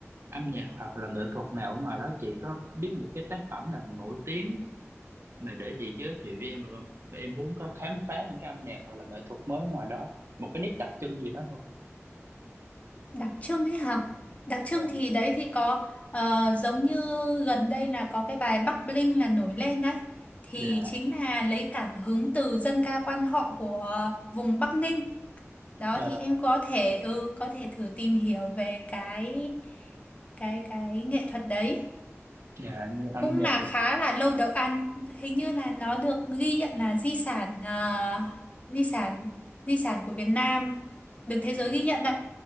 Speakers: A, on the right (about 55°); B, on the left (about 30°).
A: âm nhạc hoặc là nghệ thuật nào ở ngoài đó chị có biết một cái tác phẩm nào nổi tiếng mà để chị giới thiệu với em được không để em muốn có khám phá những cái âm nhạc hoặc là nghệ thuật mới ngoài đó một cái nét đặc trưng gì đó thôi
B: đặc trưng ấy hả? Đặc trưng
A: dạ
B: thì đấy thì có ờ, giống như gần đây là có cái bài Bắc Bling là nổi lên đấy. Thì
A: dạ
B: chính là lấy cảm hứng từ dân ca quan họ của vùng Bắc Ninh đó
A: dạ
B: thì em có thể ừ có thể thử tìm hiểu về cái cái cái nghệ thuật đấy
A: dạ như âm
B: cũng
A: nhạc
B: là
A: rồi
B: khá là lâu đời ăn hình như là nó được ghi nhận là di sản ờ, di sản di sản của Việt Nam được thế giới
A: dạ
B: ghi nhận đó